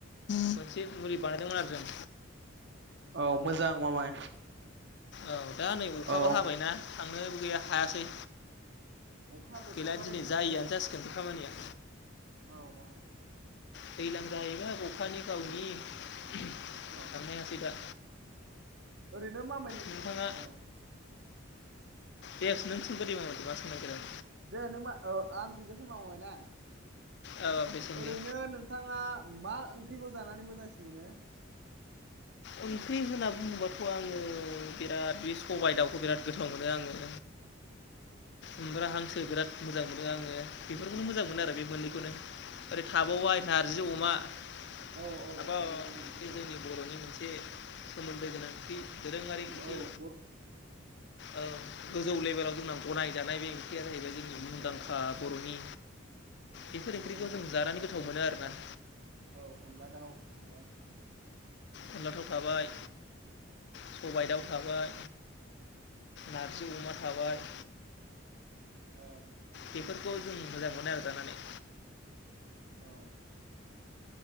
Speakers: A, on the left; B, on the right.
A: मोनसे मुलि बानायदोंमोन आरो जों
B: औ मोजां मामाय
A: औ दा नै अखाबो
B: औ
A: हाबायना थांनोबो गैया हायासै
B: अखा बोथोरबाथाय
A: गैला दिनै
B: बिदिनो
A: जायियानो जासिगोन बे खामानिया
B: औ औ
A: दैलां जाहैबाय अखानि गावनि थांनो
B: औ
A: हायासै दा
B: ओरैनो मामायनो
A: नोंथाङा
B: औ
A: दे नों सोंगोर दे मामाइ दे मा सोंनायदो नों
B: दे नों मा आं सोंगोरनिसै होनबा मामाय ना
A: औ दे सोंदो
B: ओरैनो नोंथाङा मा ओंख्रिखौ जानानै मोजांसिन मोनो
A: ओंख्रि होनना बुङोबाथ आङो बिराद बे सबाइ दाउखौ बिराद गोथाव मोनो आङो
B: <inaudible>
A: ओमफ्राय हांसो बिराद मोजां मोनो आङो बेफोरखौनो मोजां मोनो आरो बे मोननैखौनो ओरै थाबावबाय नारजि अमा हाबा
B: औ औ औ औ
A: बे
B: मोजां
A: जोंनि बर'नि मोनसे सोमोन्दो गोनां ओंख्रि दोरोङारि ओंख्रि
B: औ
A: औ गोजौ लेभेलाव जोंना गनायजानाय बे ओंख्रिया जाहैबाय जोंनि मुंदांखा
B: औ औ
A: बर'नि बेफोर ओंख्रिखौ
B: ओरै
A: जों जानानै गोथाव मोनो आर ना
B: औ अनला दाउ मोनबाय
A: अनलाथाव थाबाय सबाइ दाव थाबाय नारजि अमा थाबाय
B: औ
A: बेफोरखौ जों मोजां मोनो आरो जानानै
B: औ